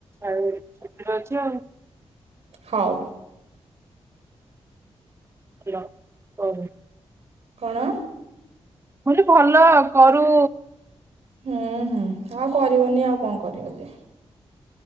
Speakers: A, on the right; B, on the right.
A: ଆଉ ଠରେ ଅଛ ଆଉ
B: ହଉ
A: ହଲୋ ହ
B: କଣ
A: କୁନ ଭଲ କରୁ
B: ହୁଁ ହୁଁ ଆଉ କରିବନି ଆଉ କଣ କରିବ ଯେ